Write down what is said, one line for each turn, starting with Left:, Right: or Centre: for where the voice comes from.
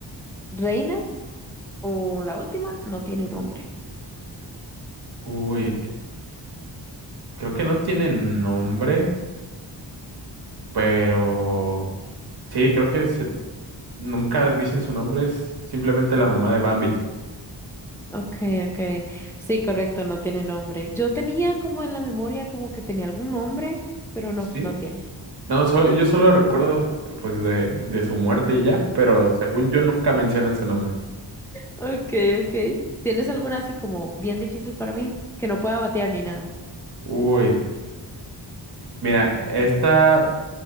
Centre: Reina o la última, no tiene nombre.
Right: Uy, eh, creo que no tiene nombre, pero sí, creo que se- nunca dicen su nombre, es simplemente la mamá de Bambi.
Centre: Okay, okay. Sí, correcto, no tiene nombre. Yo tenía como en la memoria como que tenía algún nombre, pero no,
Right: sí
Centre: no tiene.
Right: No, solo- yo solo recuerdo pues de, de su muerte y ya, pero según yo nunca mencionan su nombre.
Centre: Okay, okay. ¿Tienes alguna así como bien difícil para mí que no pueda batear ni nada?
Right: Uy, mira, esta